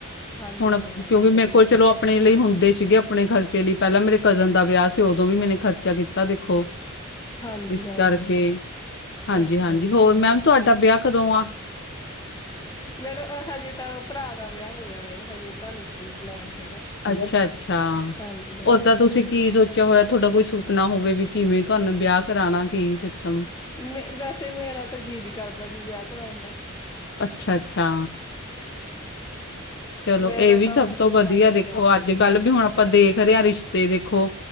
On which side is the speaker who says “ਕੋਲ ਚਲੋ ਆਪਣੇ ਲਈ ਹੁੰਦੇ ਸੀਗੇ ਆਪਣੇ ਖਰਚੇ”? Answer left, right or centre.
Left